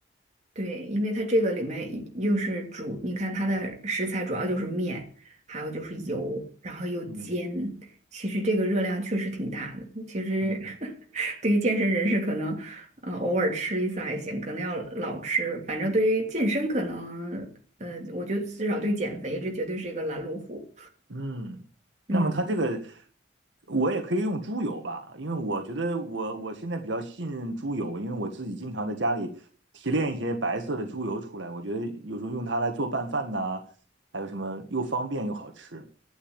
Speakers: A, on the right; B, on the right.
A: 对，因为它这个里面又是主，你看它的食材主要就是面，还有就是油，然后又煎，
B: 嗯。
A: 其实这个热量确实挺大的。其实
B: 嗯
A: <laughs> 对于健身人士，可能呃偶尔吃一次还行，可能要老吃。反正对于健身，可能呃，我觉得至少对减肥，这绝对是一个拦路虎。
B: 嗯，
A: 嗯。
B: 那么它这个我也可以用猪油吧，因为我觉得我我现在比较信任猪油，因为我自己经常在家里提炼一些白色的猪油出来，我觉得有时候用它来做拌饭呐，还有什么又方便又好吃。